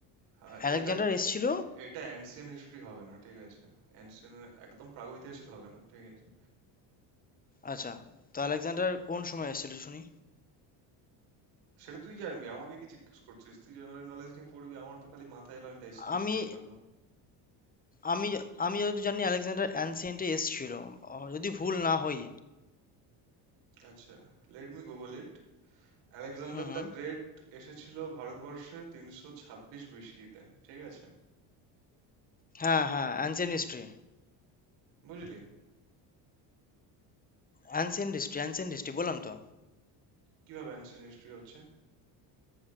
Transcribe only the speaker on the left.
আলেকজান্ডার
এসছিল
আচ্ছা তো আলেকজান্ডার কোন সময় এসেছিল শুনি
আমি
আমি আমি যদি জানি আলেকজান্ডার অ্যানসিয়েন্টে এসছিল আহ, যদি ভুল না হই
হুম হুম
হ্যাঁ হ্যাঁ ancient history
ancient history ancient history বললাম তো